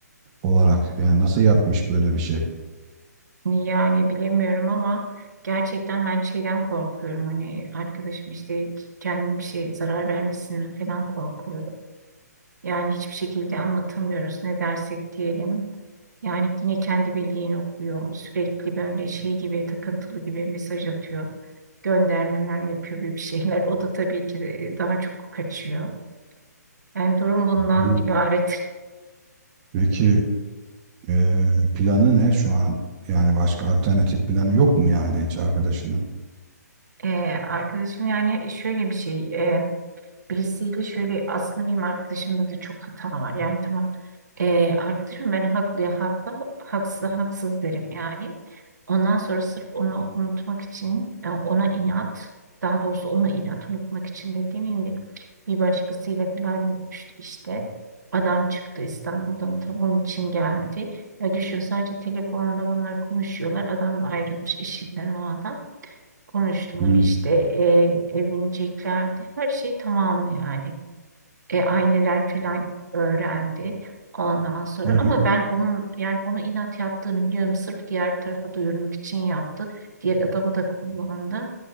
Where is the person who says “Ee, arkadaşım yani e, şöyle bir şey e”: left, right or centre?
Right